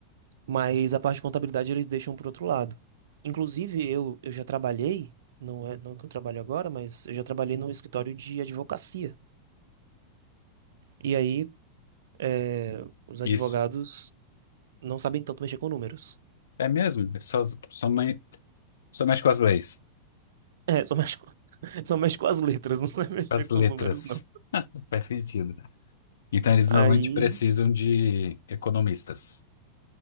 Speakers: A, on the right; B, on the left.
A: Mas a parte de contabilidade eles deixam para outro lado. Inclusive, eu, eu já trabalhei, não é não que eu trabalho agora, mas eu já trabalhei num escritório de advocacia. E aí, é, os advogados
B: isso.
A: não sabem tanto mexer com números.
B: É mesmo? Só, só, me- só mexe com as leis.
A: É, só mexe com, <laughs> só mexe com as letras, <laughs> não sabe mexer
B: as letras.
A: com os números, não.
B: <laughs> Não faz sentido. Então eles
A: Aí
B: normalmente precisam de economistas.